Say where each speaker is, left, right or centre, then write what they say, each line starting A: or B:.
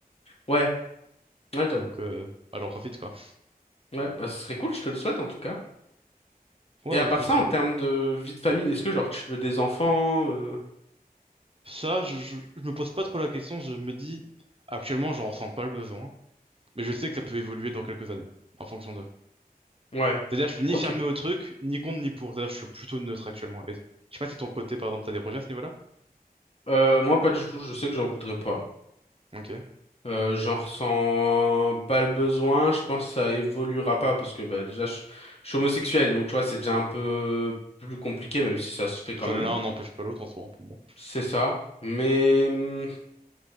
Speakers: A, on the left (about 40°); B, on the right (about 35°).
A: Ouais, ouais, j'avoue.
B: Donc, euh, bah, j'en profite quoi.
A: Ouais, bah ce serait cool, je te le souhaite en tout cas.
B: Ouais,
A: Et à
B: ouais,
A: part
B: c'est
A: ça,
B: sûr.
A: en termes de vie de famille, est-ce que genre tu veux des enfants? euh,
B: Ça, je, je, je me pose pas trop la question. Je me dis, actuellement, j'en ressens pas le besoin. Mais je sais que ça peut évoluer dans quelques années, en fonction de.
A: Ouais.
B: C'est-à-dire, je suis ni
A: Ok.
B: fermé au truc, ni contre, ni pour. C'est-à-dire, je suis plutôt neutre actuellement. Et je sais pas si ton côté, par exemple, t'as des projets à ce niveau-là?
A: Euh, moi, pas du tout. Je sais que j'en voudrais pas.
B: Ok.
A: Euh, j'en ressens pas le besoin. Je pense que ça évoluera pas parce que bah, déjà, je, je suis homosexuel. Donc, tu vois, c'est déjà un peu plus compliqué, même si ça se fait quand
B: Ça,
A: même.
B: l'un n'empêche pas l'autre en ce moment, pour moi.
A: C'est ça. Mais hum,